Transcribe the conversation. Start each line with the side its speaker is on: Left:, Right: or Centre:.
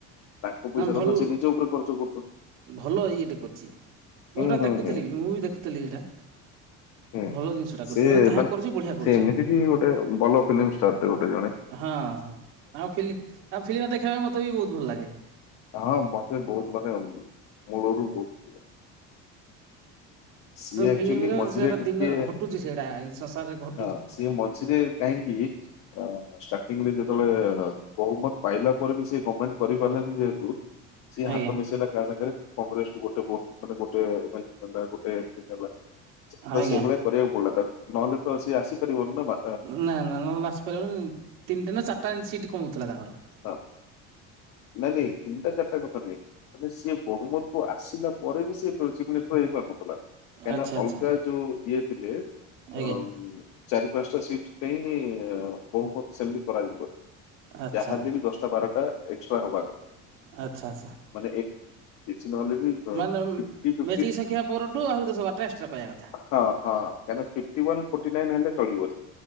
Left: ତାଙ୍କ ପଇସା
Right: ହଁ
Left: ଟା
Right: ଭଲ,
Left: ତ ସେ ନିଜ ଉପରେ ଖର୍ଚ୍ଚ କରୁଛନ୍ତି।
Right: ଭଲ ଇଏଟେ କରିଚି।
Left: ହୁଁ
Right: ମୁଁ ଏଟା
Left: ହୁଁ
Right: ଦେଖୁଥିଲି,
Left: ହୁଁ
Right: ମୁଁ ବି ଦେଖୁଥିଲି ଏଇଟା।
Left: ହୁଁ,
Right: ଭଲ ଜିନିଷଟା କରୁଛି
Left: ସେ
Right: ଯାହା
Left: ମାନେ
Right: କରୁଛି ବଢ଼ିଆ କରୁଛି
Left: ସେ ଏମିତି କି ଗୋଟେ ଭଲ ଫିଲ୍ମଷ୍ଟାର ଟେ ଗୋଟେ ଜଣେ
Right: ହଁ, ହଁ ଆଉ ଫିଲ୍, ଆଉ ଫିଲ୍ମ ଦେଖିବା ପାଇଁ ମତେ ବି ବହୁତ ଭଲ ଲାଗେ।
Left: ହଁ ମତେ ବହୁତ ମାନେ, ଅ ମୂଳରୁ ବହୁତ ସିଏ ଆକ୍ଚୁଆଲି
Right: ଫିଲ୍ମରେ
Left: ମଝିରେ
Right: ସେଟା
Left: ଟିକେ
Right: ଦିନ ଘଟୁଚି ସେଇଟା, ଏମତି ସଂସାରରେ ଘ
Left: ହଁ, ସିଏ ମଝିରେ କାହିଁକି? ଷ୍ଟାର୍ଟିଂ ରେ ଯେତେବେଳେ ବହୁମତ ପାଇଲା ପରେ ବି ସେ ଗଭର୍ଣମେଣ୍ଟ କରିପାରିଲାନି ଯେହେତୁ, ସିଏ
Right: ଆଜ୍ଞା
Left: ହାତ ମିଶେଇଲା କାହା ସାଙ୍ଗରେ କଂଗ୍ରେସକୁ ଗୋଟେ ଭୋଟ, ମାନେ ଗୋଟେ ପାଇଁ ଦେଲା, ଗୋଟେ ଏମିତି ଦେଲା, ତ
Right: ଆଜ୍ଞା
Left: ସେଇଭଳିଆ କରିବାକୁ ପଡିଲା ତାକୁ, ନହେଲେ ତ ସେ ଆସିପାରିବନି ନା ମା।
Right: ନା, ନା, ନହେଲେ ଆସି ପାରିବନି, ତିନିଟା ନା ଚାରିଟା ସିଟ୍ କଣ ହଉଥିଲା ତାଙ୍କର?
Left: ନାଇ ନାଇଁ, ତିନଟା ଚାରିଟା କଥା ନାଇଁ ମାନେ ସିଏ ବହୁମତକୁ ଆସିଲା ପରେ ବି ସେ <unintelligible> ହେଇପାରୁନଥିଲା। କାହିଁକିନା
Right: ଆଚ୍ଛା ଆଚ୍ଛା
Left: ଅଲଗା ଯୋଉ ଇଏ ଥିଲେ ଅ
Right: ଆଜ୍ଞା
Left: ଉଁ ଚାରି ପାଞ୍ଚଟା ସିଟ ପାଇଁ ବହୁମତ ସେମିତି କରାଯିବ।
Right: ଆଚ୍ଛା
Left: ଯାହାବି ହେଲେ ଦଶଟା ବାରଟା ଏକ୍ସଟ୍ରା ହବା କଥା।
Right: ଆଚ୍ଛା ଆଚ୍ଛା।
Left: ମାନେ ଏ କିଛି ନହେଲେ ବି
Right: ମାନେ ମେଜିକ
Left: ଫିଫ୍ଟି ଫିଫ୍ଟି
Right: ସଂଖ୍ୟା ପରଠୁ ଆହୁରି ଦଶ ବାରଟା ଏକ୍ସଟ୍ରା ପାଇବା କଥା।
Left: ହଁ ହଁ କାହିକିନା ଫିପ୍ଟିୱାନ ଫୋଟିନାଇନ ହେଲେ ଚଳିବ।